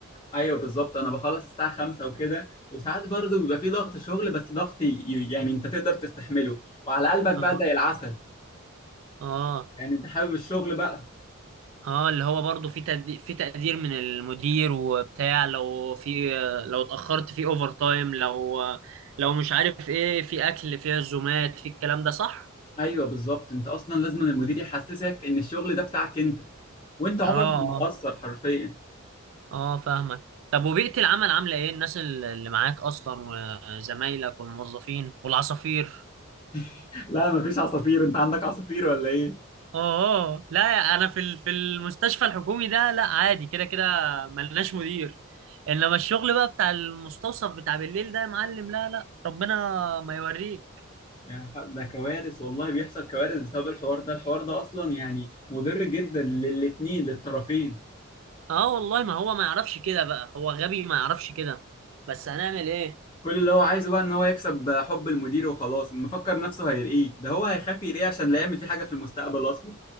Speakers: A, on the left (about 25°); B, on the right (about 65°).
A: ايوه بالظبط انا بخلص الساعه 5 وكده وساعات برضو بيبقى في ضغط شغل بس ضغط ي- يعني انت تقدر تستحمله وعلى قلبك
B: اه
A: بقى زي العسل
B: اه
A: يعني انت حابب الشغل بقى
B: اه اللي هو برضه في تقدير في تقدير من المدير وبتاع لو في لو اتأخرت في اوفر تايم لو لو مش عارف ايه في اكل في عزومات في الكلام ده صح
A: ايوه بالظبط انت اصلا لازم المدير يحسسك ان الشغل ده بتاعك انت وانت عمرك
B: اه اه
A: ما هتأثر حرفيا
B: آه، فاهمك طب وبيئة العمل عاملة ايه الناس ال- اللي معاك اصلا وزمايلك والموظفين والعصافير
A: <laughs> لا مفيش عصافير انت عندك عصافير ولا ايه
B: اه لا انا في ال- في المستشفى الحكومي ده لا عادي كده كده ملناش مدير انما الشغل بقى بتاع المستوصف بتاع بالليل ده يا معلم لا لا ربنا ما يوريك
A: يعني ح- ده كوارث والله بيحصل كوارث بسبب الحوار ده الحوار ده اصلا يعني مضر جدا للاتنين للطرفين
B: اه والله ما هو ما يعرفش كده بقى هو غبي ما يعرفش كده بس هنعمل ايه
A: كل اللي هو عايزه بقى ان هو يكسب حب المدير وخلاص مفكر نفسه هيرقيه ده هو هيخاف يرقيه عشان لا يعمل فيه حاجه في المستقبل اصلا